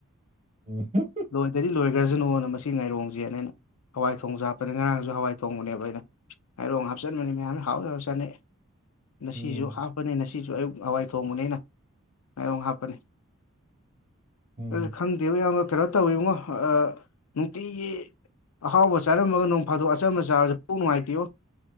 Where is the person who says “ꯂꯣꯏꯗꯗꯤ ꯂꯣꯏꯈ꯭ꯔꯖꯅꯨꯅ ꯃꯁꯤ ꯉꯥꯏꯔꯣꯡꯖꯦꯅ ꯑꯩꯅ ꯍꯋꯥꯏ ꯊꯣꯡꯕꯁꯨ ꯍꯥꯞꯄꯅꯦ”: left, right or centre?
Left